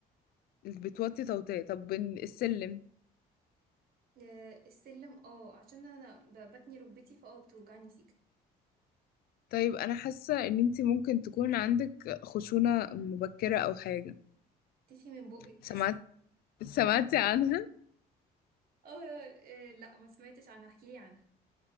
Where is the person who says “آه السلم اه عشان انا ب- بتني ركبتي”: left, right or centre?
Right